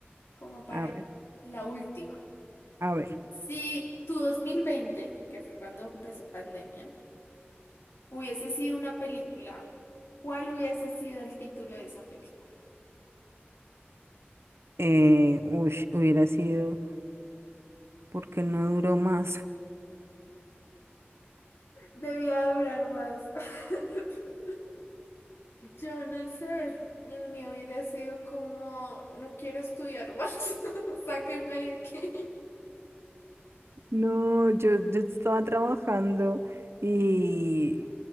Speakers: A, on the left; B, on the right.
A: como para
B: A ver,
A: la última.
B: a ver.
A: Si tu 2020, que fue cuando empezó pandemia, Hubiese sido una película. ¿Cuál hubiese sido el título de esa película?
B: Eh, ush, hubiera sido, ¿por qué no duró más?
A: Debía durar más. <laughs> Yo no sé, el mío hubiera sido como, no quiero estudiar más, <laughs> sáquenme de aquí. <laughs>
B: No, yo, yo estaba trabajando y